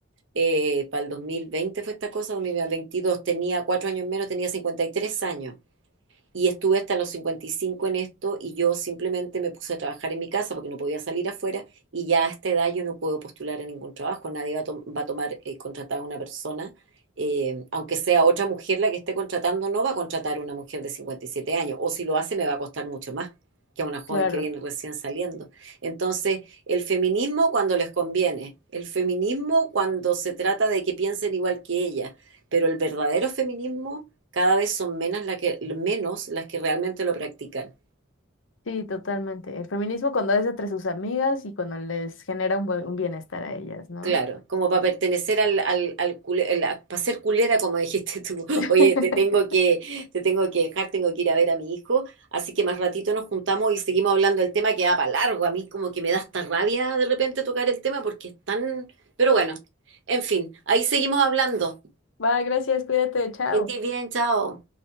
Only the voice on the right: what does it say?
Eh, para el 2020 fue esta cosa, 2022 tenía 4 años menos, tenía 53 años. Y estuve hasta los 55 en esto y yo simplemente me puse a trabajar en mi casa porque no podía salir afuera y ya a esta edad yo no puedo postular a ningún trabajo. Nadie va a, to- va a tomar eh, contratada a una persona, eh, aunque sea otra mujer la que esté contratando, no va a contratar a una mujer de 57 años o si lo hace me va a costar mucho más que a una joven
que viene recién saliendo. Entonces, el feminismo cuando les conviene, el feminismo cuando se trata de que piensen igual que ella, pero el verdadero feminismo cada vez son menos, la que, menos las que realmente lo practican.
Claro, como para pertenecer al, al, al cule- la- para ser culera, como dijiste tú. <laughs>
Oye, te tengo que, te tengo que dejar, tengo que ir a ver a mi hijo, así que más ratito nos juntamos y seguimos hablando del tema que va para largo. A mí como que me da hasta rabia de repente tocar el tema porque es tan... Pero bueno, en fin, ahí seguimos hablando.
Que estés bien, chao.